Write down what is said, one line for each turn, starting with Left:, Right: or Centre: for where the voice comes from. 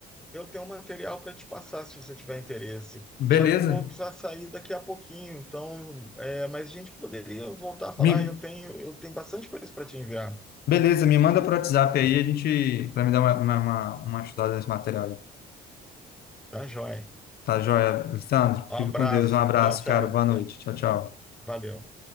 Centre: eu tenho um material para te passar se você tiver interesse.
Left: Beleza?
Centre: Só que eu vou precisar sair daqui a pouquinho, então, é, mas a gente poderia voltar a falar.
Left: Me,
Centre: Eu tenho, eu tenho bastante coisa para te enviar.
Left: beleza, me manda pro WhatsApp aí, a gente, para me dar uma, uma, uma, uma estudada nesse material aí.
Centre: Tá, joia.
Left: Tá joia, Alessandro?
Centre: Um
Left: Fica
Centre: abraço.
Left: com Deus. Um abraço,
Centre: Tchau, tchau.
Left: cara. Boa noite.
Centre: Até.
Left: Tchau, tchau.
Centre: Valeu.